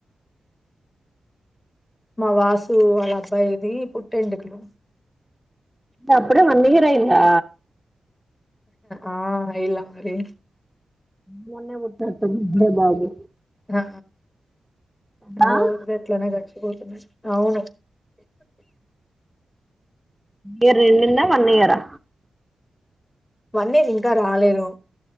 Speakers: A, on the left (about 20°); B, in the centre.
A: మా వాసు వాళ్ళ అబ్బాయిది పుట్టెంకులు
B: అప్పుడే వన్ ఇయర్ అయిదా
A: ఆఇలా మరి
B: మొన్ననే పుట్టినట్టు ఉందే బాబు
A: ఆ
B: వన్
A: రోజులు ఇట్లానే గడిచి పోతున్నాయి అవును
B: ఇయర్ యడింగ్ ఆ వన్ ఇయరా
A: వన్ ఇయర్ ఇంకా రాలేదు